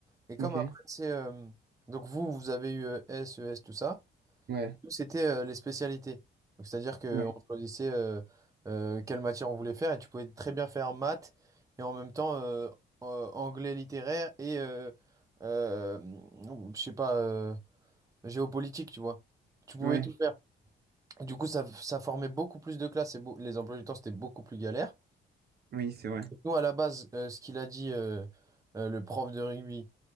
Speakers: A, on the right; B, on the right.
A: Et comme
B: Ok.
A: après, c'est... euh, Donc vous, vous avez eu euh, S, ES, tout ça.
B: Ouais.
A: Nous, c'était euh, les spécialités. Donc, c'est-à-dire qu'on
B: Ouais.
A: choisissait euh, euh, quelle matière on voulait faire et tu pouvais très bien faire maths et en même temps euh, euh, anglais littéraire et euh, euh, je sais pas, euh, géopolitique, tu vois. Tu pouvais
B: Ouais.
A: tout faire. Du coup, ça, ça formait beaucoup plus de classes et beau- les emplois du temps, c'était beaucoup plus galère.
B: Oui, c'est vrai.
A: Nous, à la base, euh, ce qu'il a dit euh, euh, le prof de rugby,